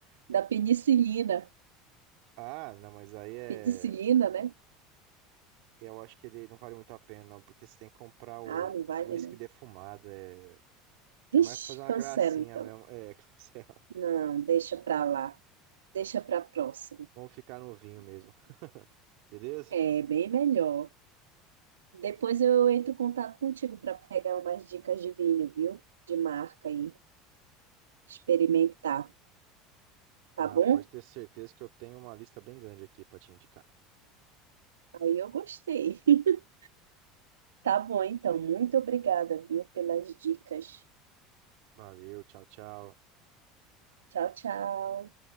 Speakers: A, on the right (about 75°); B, on the right (about 55°).
A: da penicilina.
B: Ah, não, mas aí é.
A: Penicilina, né?
B: Eu acho que ele não vale muito a pena, não, porque você tem que comprar o
A: Ah, não vale
B: o uísque
A: não.
B: defumado. É,
A: Vixe,
B: é mais pra fazer
A: cancela
B: uma gracinha
A: então.
B: mesmo. É, <laughs> cancela.
A: Não, deixa pra lá. Deixa para próxima.
B: Vamos ficar no vinho mesmo, beleza?
A: É bem melhor. Depois eu entro em contato contigo para pegar umas dicas de vinho, viu? De marca aí, experimentar, tá
B: Não,
A: bom?
B: pode ter certeza que eu tenho uma lista bem grande aqui pra te indicar.
A: Aí eu gostei. <laughs> Tá bom, então. Muito obrigada, viu, pelas dicas.
B: Valeu, tchau, tchau.
A: Tchau, tchau.